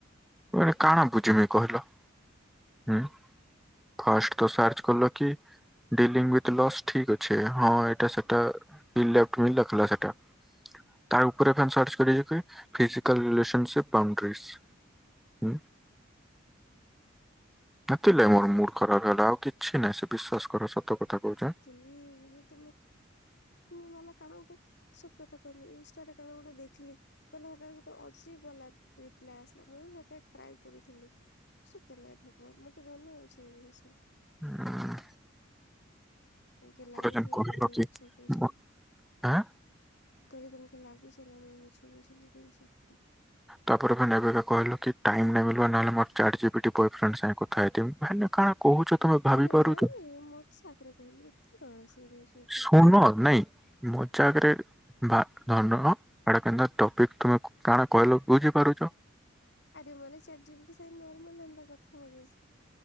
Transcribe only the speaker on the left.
<unintelligible> ଲେପଟ୍ ମି ମାନେ କାଣା ଗୋଟେ ସତ କଥା କହମି ଇନଷ୍ଟାରେ କାଣା ଗୋଟେ ଦେଖିଲି ମାନେ ହେଟାର ଗୋଟେ ଅଜିବ୍ ବାଲା ରିପ୍ଲାଏ ଆସିଲା ମୁଁ ହେଟା ଟ୍ରାଏ କରୁଥିଲି। ସତ୍ୟ ନାୟକ ଠକର ମୋତେ ମନେ ଅଛି ଏଇ ଜିନିଷ।
ତମ୍ କେ ଲାଗୁଥିବ
ନା ମୁଁ
ମିଛ କଉଛି।
କହିଲି ତମୁକୁ ଲାଗୁଛି ନା ମୁଁ ମିଛ କହୁଛି ବୋଲି କହୁଛି <unintelligible>
ଆରେ
ନାଇଁ ମଜା ସାକରେ କହିଲି ଏତେ କାଣା ସିରିୟସ୍ ହଉଛ।
ଆରେ ମାନେ ଚାରଜିବିଟି ସାଙ୍ଗେ ନର୍ମାଲ ଏନ୍ତା କଥା ହଉଛି